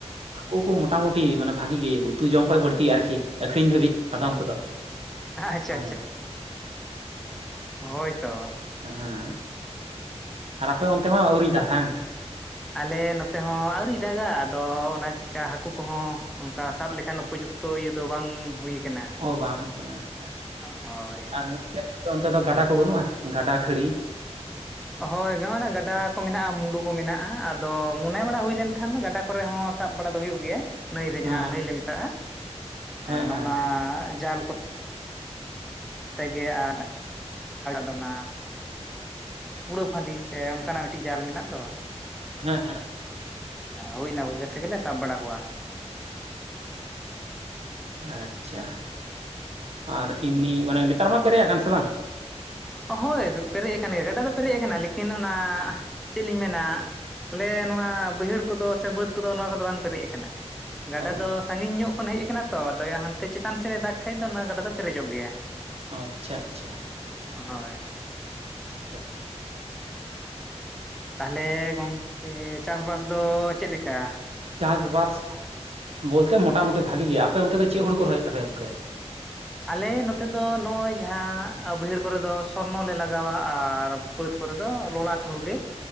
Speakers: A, on the right; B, in the centre.
A: ᱦᱟᱹᱠᱩ ᱠᱚ ᱢᱚᱴᱟᱢᱩᱴᱤ ᱢᱟᱱᱮ ᱵᱷᱟᱜᱤ ᱜᱮ ᱩᱛᱩ ᱡᱚᱢ ᱠᱷᱚᱡ ᱵᱟᱹᱲᱛᱤ ᱟᱨᱠᱤ ᱟᱹᱠᱷᱨᱤᱧ ᱫᱷᱟᱹᱵᱤᱡ ᱟᱫᱚᱢ ᱠᱚᱫᱚ
B: ᱟᱪᱪᱷᱟ
A: ᱦᱮᱸ
B: ᱦᱳᱭ ᱛᱚ
A: ᱦᱮᱸ ᱟᱨ ᱟᱯᱮ ᱚᱱᱛᱮ ᱢᱟ ᱟᱹᱣᱨᱤᱭ ᱫᱟᱜᱽ ᱦᱟᱝ
B: ᱟᱞᱮ ᱱᱚᱛᱮ ᱦᱚᱸ ᱟᱹᱣᱨᱤ ᱫᱟᱜᱟ ᱟᱫᱚ ᱚᱱᱟ ᱪᱤᱠᱟ ᱦᱟᱹᱠᱩ ᱠᱚᱦᱚᱸ ᱚᱱᱠᱟ ᱥᱟᱵ ᱞᱮᱠᱟᱱ ᱩᱯᱚᱡᱩᱠᱛᱚ ᱛᱚ ᱤᱭᱟᱹ ᱫᱚ ᱵᱟᱝ ᱦᱩᱭ ᱠᱟᱱᱟ
A: ᱚ ᱵᱟᱝ ᱦᱩᱭ ᱠᱟᱱᱟ ᱟᱪᱪᱷᱟ
B: ᱦᱳᱭ
A: ᱟᱨ ᱚᱱᱛᱮ ᱫᱚ ᱜᱟᱰᱟ ᱠᱚ ᱵᱟᱹᱱᱩᱜᱼᱟ ᱜᱟᱰᱟ ᱠᱷᱟᱹᱲᱤ
B: ᱦᱳᱭ ᱦᱚᱜᱼ ᱱᱟ ᱜᱟᱰᱟ ᱠᱚ ᱢᱮᱱᱟᱜᱼᱟ ᱢᱩᱰᱩ ᱠᱚ ᱢᱮᱱᱟᱜᱼᱟ ᱟᱫᱚ ᱢᱚᱱᱮ ᱵᱟᱲᱟ ᱦᱩᱭ ᱞᱮᱱᱠᱷᱟᱱ ᱫᱚ ᱜᱟᱰᱟ ᱠᱚᱨᱮ ᱦᱚᱸ ᱥᱟᱵ ᱵᱟᱲᱟ ᱫᱚ ᱦᱩᱭᱩᱜ ᱜᱮᱭᱟ ᱱᱟᱹᱭ ᱨᱮ ᱡᱟᱦᱟᱸ
A: ᱚ
B: ᱱᱟᱹᱭ ᱞᱮ ᱢᱮᱛᱟᱜᱼᱟ
A: ᱦᱮᱸ
B: ᱱᱚᱜᱼ
A: ᱦᱮᱸ
B: ᱱᱟ ᱡᱟᱞ ᱠᱚᱼᱼ ᱛᱮᱜᱮ ᱟ <inaudible> ᱱᱟ ᱯᱩᱲᱟᱹ ᱯᱷᱟᱹᱫᱤ ᱥᱮ ᱚᱱᱠᱟᱱᱟᱜ ᱢᱤᱫᱴᱤᱡ ᱡᱟᱞ ᱢᱮᱱᱟᱜ ᱫᱟ ᱢᱟ
A: ᱦᱮᱸ
B: ᱦᱩᱭ ᱱᱟ ᱵᱳᱜᱮ ᱛᱮᱜᱮᱞᱮ ᱥᱟᱵ ᱵᱟᱲᱟ ᱠᱚᱣᱟ
A: ᱟᱪᱪᱷᱟ ᱟᱨ ᱮᱢᱱᱤ ᱢᱟᱱᱮ ᱱᱮᱛᱟᱨ ᱢᱟ ᱯᱮᱨᱮᱡ ᱟᱠᱟᱱ ᱥᱮ ᱵᱟᱝ
B: ᱦᱳᱭ ᱯᱮᱨᱮᱡ ᱟᱠᱟᱱ ᱜᱮᱭᱟ ᱜᱟᱰᱟ ᱫᱚ ᱯᱮᱨᱮᱡ ᱟᱠᱟᱱᱟ ᱞᱮᱠᱤᱱ ᱚᱱᱟ ᱪᱮᱫ ᱞᱤᱧ ᱢᱮᱱᱟ ᱦᱟᱞᱮ ᱱᱚᱣᱟ ᱵᱟᱹᱭᱦᱟᱹᱲ ᱠᱚᱫᱚ ᱥᱮ ᱵᱟᱹᱫᱽ ᱠᱚᱫᱚ ᱱᱚᱣᱟ ᱠᱚᱫᱚ ᱵᱟᱝ ᱯᱮᱨᱮᱡ ᱟᱠᱟᱱᱟ ᱜᱟᱰᱟ
A: ᱚ
B: ᱫᱚ ᱥᱟᱺᱜᱤᱧ ᱧᱚᱜ ᱠᱷᱚᱱ ᱦᱮᱡ ᱟᱠᱟᱱᱟ ᱛᱚ ᱫᱚᱭᱟ ᱦᱟᱱᱛᱮ ᱪᱮᱛᱟᱱ ᱥᱮᱫᱮ ᱫᱟᱜᱽ ᱠᱷᱟᱡ ᱫᱚ ᱚᱱᱟ ᱜᱟᱰᱟ ᱫᱚ ᱯᱮᱨᱮᱡᱚᱜ ᱜᱮᱭᱟ
A: ᱚᱸ ᱟᱪᱪᱷᱟ ᱟᱪᱪᱷᱟ
B: ᱚᱸᱦᱚᱭ
A: ᱦᱮᱸᱥᱮ
B: ᱛᱟᱦᱚᱞᱮ ᱜᱚᱝᱠᱮ ᱪᱟᱥᱵᱟᱥ ᱫᱚ ᱪᱮᱫᱞᱮᱠᱟ?
A: ᱪᱟᱥᱵᱟᱥ ᱵᱚᱞᱛᱮ ᱢᱚᱴᱟᱢᱩᱴᱤ ᱵᱷᱟᱜᱤ ᱜᱮ ᱟᱯᱮ ᱚᱱᱛᱮ ᱫᱚ ᱪᱮᱫ ᱦᱩᱲᱩ ᱠᱚ ᱨᱚᱦᱚᱭᱮᱫ ᱛᱟᱯᱮᱭᱟ ᱜᱚᱝᱠᱮ?
B: ᱟᱞᱮ ᱱᱚᱛᱮ ᱫᱚ ᱱᱚᱜᱼᱚᱭ ᱡᱟᱦᱟᱸ ᱵᱟᱹᱭᱦᱟᱹᱲ ᱠᱚᱨᱮ ᱫᱚ ᱥᱚᱱᱱᱚ ᱞᱮ ᱞᱟᱜᱟᱣᱟ ᱟᱨ ᱵᱟᱹᱫᱽ ᱠᱚᱨᱮ ᱫᱚ ᱞᱚᱞᱟᱴ ᱦᱩᱲᱩᱜᱮ